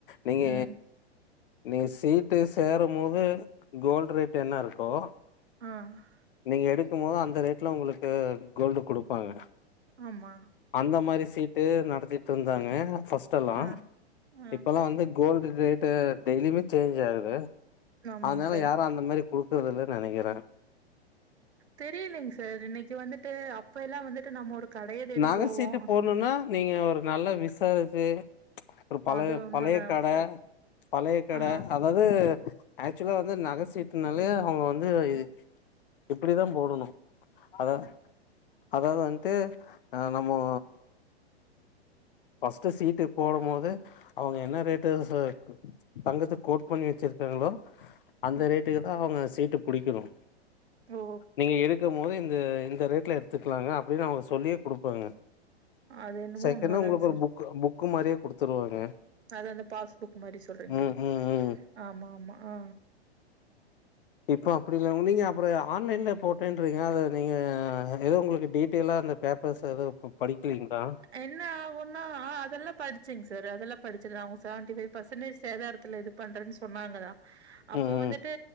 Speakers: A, on the left; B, on the right.
A: நீங்க
B: ம்
A: நீ சீட்டு சேரும் போது கோல்டு் ரேட் என்ன இருக்கோ
B: ஆ
A: நீங்க எடுக்கும் போது அந்த ரேட்ல உங்களுக்கு கோல்டு குடுப்பாங்க
B: ஆமா
A: அந்த மாதிரி சீட்டு நடத்திட்டு இருந்தாங்க ஃபர்ஸ்ட் எல்லா
B: ஆ ஆ
A: இப்பல்லா வந்து கோல்டு் ரேட்ட டெய்லியுமே சேஞ்ச் ஆகுது
B: ஆமாங்க
A: அதனால
B: சார்
A: யாரு அந்த மாரி குடுக்குறதில்லன்னு நெனைக்கிறே
B: தெரியலலைங்க சார் இன்னைக்கி வந்துட்டு அப்ப எல்லா வந்துட்டு நம்ம ஒரு கடைய தேடி
A: நக
B: போவோம்
A: சீட்டு போடணுன்னா நீங்க ஒரு நல்லா விசாரிச்சு ஒரு பழைய
B: அது உண்மதா
A: பழைய கட
B: சார்
A: பழைய கட
B: ஆ
A: அதாவது ஆக்சுவலா வந்து நகை சீட்டுனாலயே அவங்க வந்து இது
B: ம்
A: இப்டி தான் போடணும் அத அதாவது வன்ட்டு ஆ நம்மோ ஃபஸ்ட்டு சீட்டு போடும் போதே அவங்க என்ன ரேட்டு இரு சொ தங்கத்த கோட் பண்ணி வச்சிருக்காங்களோ அந்த
B: ம்
A: ரேட்டுக்கு தான் அவங்க சீட்டு புடிக்கணும்
B: ஓ
A: நீங்க எடுக்கும் போது இந்த இந்த ரேட்ல எடுத்துக்கலாங்க அப்டின்னு அவங்க சொல்லி குடுப்பாங்க
B: அது என்னமோ
A: செகண்டா
B: உண்மதாங்க
A: உங்களுக்கு
B: சார்
A: ஒரு புக் புக்கு மாரியே குடுத்துருவாங்க
B: அத அந்த பாஸ்புக் மாரி சொல்றீங்களா
A: ம் ம் ம்
B: ஆமா ஆமா ஆ
A: இப்போ அப்டி இல்ல உ நீங்க அப்பறம் ஆன்லைன்ல போட்டேன்றிங்க அத நீங்க ஏதோ உங்களுக்கு டீட்டெய்லா அந்த பேப் பர்ஸ எதும் இப்ப படிக்கலீங்களா
B: என்ன ஆகுன்னா ஆ அதெல்லாம் படிச்சேங்க சார் அதெல்லாம் படிச்சிரு அவங்க செவன்டி ஃபைவ் பர்சன்டேஜ் சேதாரத்துல பண்றென்னு சொன்னாங்கதான் அப்போ
A: ம்
B: வந்துட்டு
A: ம்